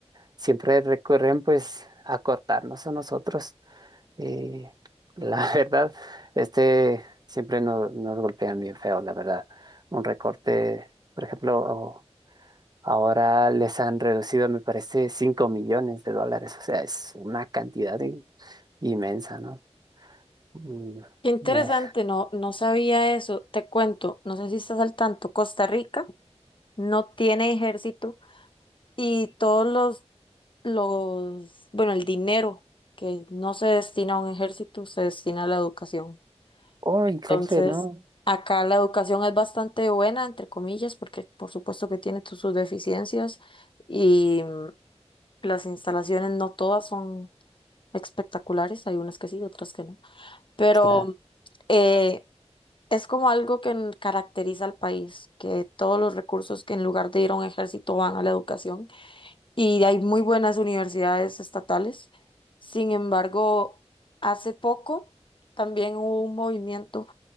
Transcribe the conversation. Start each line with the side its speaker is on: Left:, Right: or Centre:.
Right: siempre recurren pues a cortarnos a nosotros. Y la <laughs> verdad, este siempre nos, nos golpean bien feo, la verdad. Un recorte, por ejemplo, o- ahora les han reducido, me parece, 5 millones de dólares. O sea, es una cantidad in- inmensa, ¿no? Mm,
Left: Qué interesante,
Right: me-
Left: no, no sabía eso. Te cuento, no sé si estás al tanto, Costa Rica no tiene ejército y todos los los, bueno, el dinero que no se destina a un ejército, se destina a la educación.
Right: Oh, increíble,
Left: Entonces,
Right: ¿no?
Left: acá la educación es bastante buena, entre comillas, porque por supuesto que tiene tu- sus deficiencias y mm, las instalaciones no todas son espectaculares, hay unas que sí y otras que no. Pero
Right: Claro.
Left: mm, eh, es como algo que n- caracteriza al país, que todos los recursos que en lugar de ir a un ejército van a la educación y hay muy buenas universidades estatales. Sin embargo, hace poco también hubo un movimiento